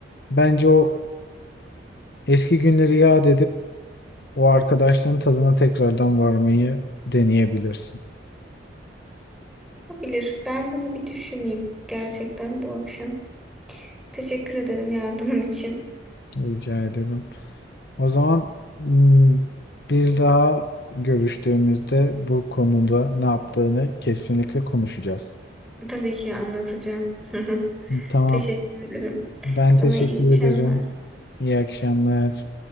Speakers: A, on the left; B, in the centre.
A: bence o eski günleri yad edip O arkadaşlığın tadına tekrardan varmayı deneyebilirsin.
B: Olabilir. Ben bunu bir düşüneyim gerçekten bu akşam. Teşekkür ederim yardımın için.
A: Rica ederim. O zaman hmm, bir daha görüştüğümüzde bu konuda ne yaptığını kesinlikle konuşacağız.
B: Tabii ki anlatacağım. <laughs>
A: Tamam.
B: Teşekkür ederim.
A: Ben
B: Sana
A: teşekkür
B: iyi akşamlar.
A: ederim. İyi akşamlar.